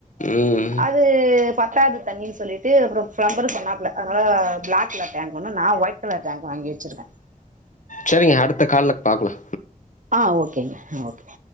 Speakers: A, on the left; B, on the right.
A: ம்
B: அது பத்தாத் தண்ணிண் சொல்லிட் டு அப்பறொ ஃப்ளம்பரு சொன்னாப்புல அதுனால ப்ளாக் கலர் டேங்க் ஒன்னு நா ஒயிட் கலர் டேங்க் வாங்கி வச்சிருக்க
A: சரிங்க அடுத்த கால்ல பாக்கலா
B: ஆ ஓகேங்க அ ஓகே